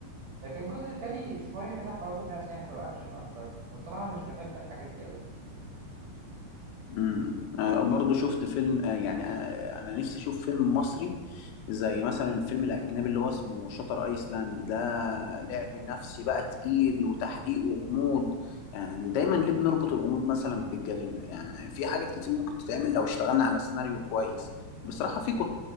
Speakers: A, on the right; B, on the left.
A: لكن الجزء التاني شوية كده حواراته فيها سحر وأكشن أكتر بصراحة مش بحب الحاجات دي أوي
B: امم آه برضه شفت فيلم آه يعني آه انا نفسي اشوف فيلم مصري زي مثلا الفيلم الاجنبي اللي هو اسمه شاتر ايسلاند ده لعب نفسي بقى تقيل وتحقيق وغموض يعني دايما ليه بنربط الغموض مثلا بالجريمه يعني في حاجات كتير ممكن تتعمل لو اشتغلنا على سيناريو كويس بصراحه في